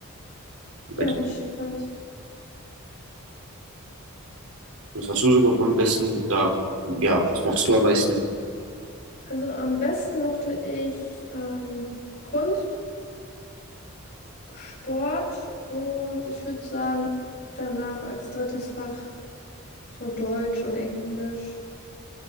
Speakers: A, on the right; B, on the left.
A: Bei
B: Ja,
A: dir,
B: nicht schlecht.
A: was hast du so am besten? Na, ja, was machst du am meisten?
B: Also am besten mochte ich ähm, Kunst, Sport und ich würde sagen, danach als drittes Fach so Deutsch und Englisch.